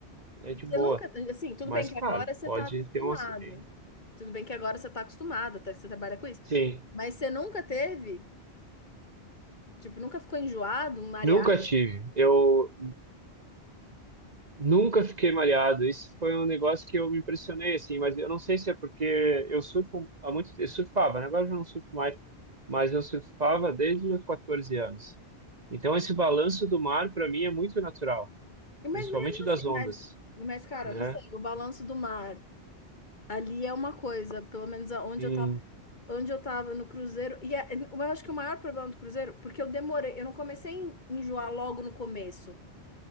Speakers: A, on the right; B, on the left.
A: é
B: Você
A: de boa.
B: nunca, assim, tudo
A: Mas
B: bem que
A: claro,
B: agora você
A: pode
B: está acostumado.
A: ter um acidente.
B: Tudo bem que agora você está acostumado, até que você trabalha com isso.
A: Sim,
B: Mas você nunca teve, tipo, nunca ficou enjoado, mareado.
A: nunca tive. Eu nunca fiquei mareado. Isso foi um negócio que eu me impressionei, assim, mas eu não sei se é porque eu surfo há muito tempo. Eu surfava, né? Agora eu já não surfo mais, mas eu surfava desde os meus 14 anos. Então esse balanço do mar, para mim, é muito natural,
B: Mas
A: principalmente
B: mesmo
A: das
B: assim,
A: ondas,
B: mas, mas cara,
A: né?
B: eu não sei, o balanço do mar ali é uma coisa, pelo menos onde
A: Hum,
B: eu onde eu tava no cruzeiro. E é- eu acho que o maior problema do cruzeiro, porque eu demorei, eu não comecei a enjoar logo no começo,